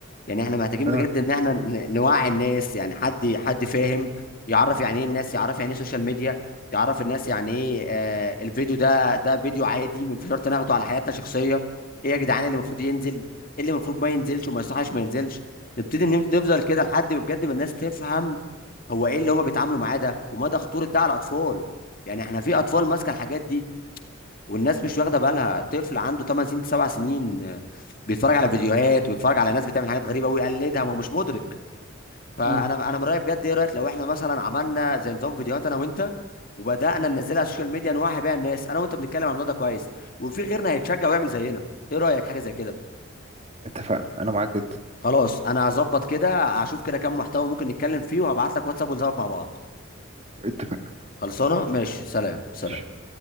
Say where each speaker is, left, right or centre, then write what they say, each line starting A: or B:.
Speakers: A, on the left (about 50°); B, on the right (about 35°).
A: يعني احنا محتاجين
B: اه
A: بجد ان احنا ن- نوعي الناس يعني حد حد فاهم يعرف يعني ايه الناس يعرف يعني ايه سوشيال ميديا يعرف الناس يعني ايه آه الفيديو ده ده فيديو عادي من شرط ناخده على حياتنا شخصيه ايه يا جدعان اللي المفروض ينزل ايه اللي المفروض ما ينزلش وما يصحش ما ينزلش نبتدي نف- نفضل كده لحد ما بجد ما الناس تفهم هو ايه اللي هما بيتعاملوا معاه ده ومدى خطوره ده على الاطفال يعني احنا في اطفال ماسكه الحاجات دي والناس مش واخده بالها طفل عنده 8 سنين 7 سنين آه، بيتفرج على فيديوهات وبيتفرج على ناس بتعمل حاجات غريبه ويقلدها ما هو مش مدرك فانا
B: امم
A: انا من رايي بجد ايه رايك لو احنا مثلا عملنا زي نظام فيديوهات انا وانت وبدانا ننزلها على السوشيال ميديا نوعي بيها الناس انا وانت بنتكلم عن الموضوع ده كويس وفي غيرنا هيتشجع ويعمل زينا ايه رايك حاجه زي كده
B: اتفقنا انا معاك جدا
A: خلاص انا هظبط كده هشوف كده كام محتوى ممكن نتكلم فيه وهبعت لك واتساب ونظبط مع بعض
B: اتفقنا
A: خلصانه ماشي سلام سلام
B: ماشي